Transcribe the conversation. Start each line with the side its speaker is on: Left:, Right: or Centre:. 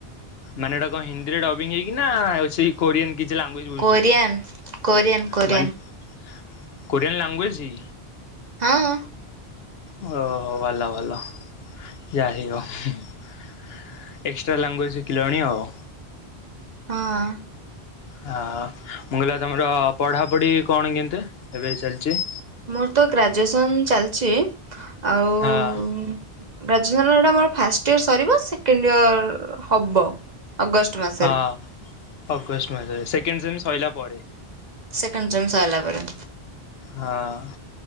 Left: ମାନେ ଏଟା କଣ ହିନ୍ଦୀରେ ଡବିଂ ହେଇକି ନା-ଆ-ଆ ଆଉ ସେଇ କୋରିଆନ କିଛି ଲାଙ୍ଗୁଏଜ ବୁଝୁୁଛ
Right: କୋରିଆନ୍ କୋରିଆନ୍ କୋରିଆନ୍।
Left: ମାନେ କୋରିଆନ୍ ଲାଙ୍ଗୁଏଜ୍ ହି?
Right: ହଁ।
Left: ଓ ହୋ ଭଲ ଭଲ ଯା <unintelligible> ଏକ୍ସଟ୍ରା ଲାଙ୍ଗୁଏଜ୍ ଶିଖିଲଣି ଆଉ।
Right: ହଁ।
Left: ହ-ଅ-ଅ ମୁଁ କହିଲି ତମର ପଢ଼ାପଢ଼ି କଣ କେମତି ଏବେ ଚାଲିଛି?
Right: ମୋର ତ ଗ୍ରାଜୁଏସନ୍ ଚାଲିଛି ଆଉ
Left: ହଁ।
Right: ହୁଁ ଗ୍ରାଜୁଏସନଟା ଆମର ଫାଷ୍ଟ ଇୟର ସରିବ ସେକେଣ୍ଡ ଇୟର-ଅ-ଅ-ଅ ହବ। ଅଗଷ୍ଟ ମାସ।
Left: ହଁ ଅଗଷ୍ଟ ମାସରେ ସେକେଣ୍ଡ ସେମ୍ ସରିଲା ପରେ।
Right: ସେକଣ୍ଡ ଜନ୍ସ ସଇଲା ପରେ।
Left: ହଁ।